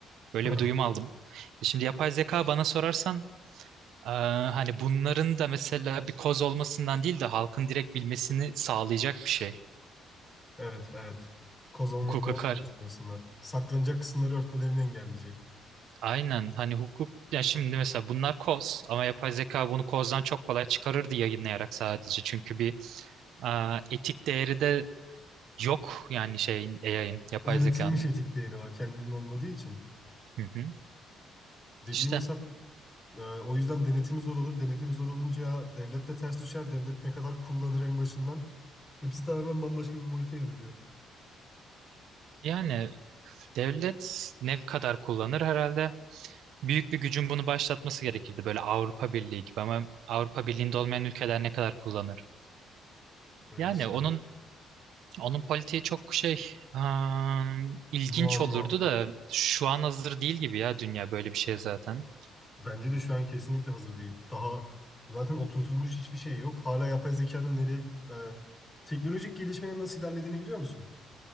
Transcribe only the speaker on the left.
hı.
<laughs>
Evet, evet. Kozalama
doğru
diyorsun aslında. Saklanacak kısımları örtmelerini engelleyecek.
Öğretilmiş
etik değeri var kendinin olmadığı için.
Dediğin
hesap e, o yüzden denetimi zor olur. Denetimi zor olunca ya devlet de ters düşer. Devlet ne kadar kullanır en başından. Hepsi tamamen bambaşka bir boyuta evriliyor.
Evet
işte.
Muamma.
Bence de şu an kesinlikle hazır değil. Daha zaten oturtulmuş hiçbir şey yok. Hala yapay zekanın nereye e, teknolojik gelişmenin nasıl ilerlediğini biliyor musun?